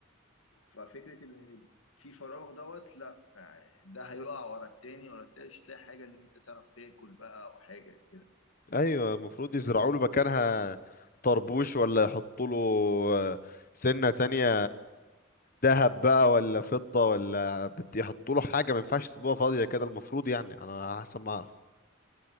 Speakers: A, on the left; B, on the left.
A: ففكرة إن في فراغ دوت لا يعني ده هيقع ورا التاني ورا التالت مش تلاقي حاجة إن أنت تعرف تاكل بقى أو حاجة كده
B: ايوه المفروض يزرعوا له مكانها طربوش ولا يحطوا له آه، سنة تانية ذهب بقى ولا فضة ولا بت- يحطوا له حاجة ما ينفعش يسيبوها فاضية كده المفروض يعني انا حسب ما اعرف